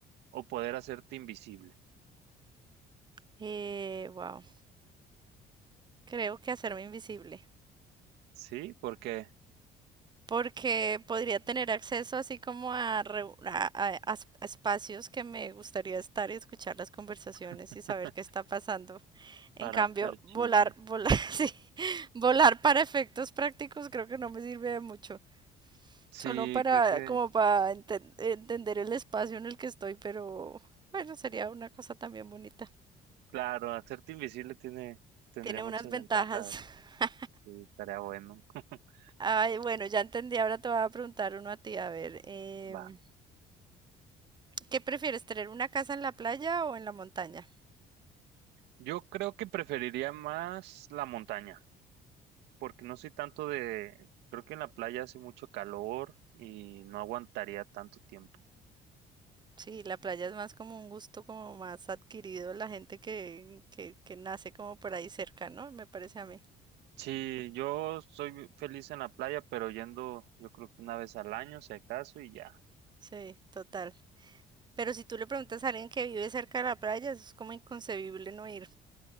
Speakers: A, on the right (about 85°); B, on the right (about 25°).
A: o poder hacerte invisible?
B: Eh, wow, creo que hacerme invisible,
A: Sí, porque
B: porque podría tener acceso así como a, reu- a- a- a es- a espacios que me gustaría estar y escuchar las conversaciones
A: <laughs>
B: y saber qué está pasando. En
A: para
B: cambio,
A: echar
B: volar,
A: chisme.
B: volar, <laughs> sí, volar para efectos prácticos creo que no me sirve de mucho.
A: Sí,
B: Solo para,
A: creo que,
B: como para enten- entender el espacio en el que estoy, pero bueno, sería una cosa también bonita.
A: claro, hacerte invisible tiene, tendría
B: Tiene unas
A: muchas
B: ventajas.
A: ventajas.
B: <laughs>
A: Sí, estaría bueno. <laughs>
B: Ay, bueno, ya entendí. Ahora te voy a preguntar uno a ti. A ver, em,
A: Va.
B: ¿qué prefieres, tener una casa en la playa o en la montaña?
A: Yo creo que preferiría más la montaña, porque no soy tanto de, creo que en la playa hace mucho calor y no aguantaría tanto tiempo.
B: Sí, la playa es más como un gusto como más adquirido la gente que, que, que nace como por ahí cerca, ¿no? Me parece a mí.
A: Sí, yo soy feliz en la playa, pero yendo yo creo que una vez al año, si acaso, y ya.
B: Sí, total. Pero si tú le preguntas a alguien que vive cerca de la playa, eso es como inconcebible no ir.